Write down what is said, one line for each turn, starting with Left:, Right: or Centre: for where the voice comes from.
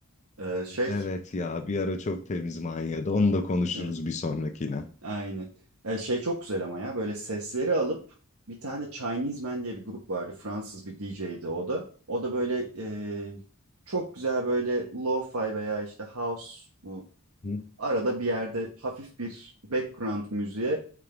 Right: Ee, şey,
Left: Evet ya bir ara çok temiz manyadı. Onu da konuşuruz
Right: e,
Left: bir sonrakine.
Right: Aynen. Ee, şey çok güzel ama ya böyle sesleri alıp bir tane de Chinese Man diye bir grup vardı. Fransız bir DJ'di o da. O da böyle e, çok güzel böyle lo-fi veya işte house bu
Left: Hı?
Right: arada bir yerde hafif bir background müziğe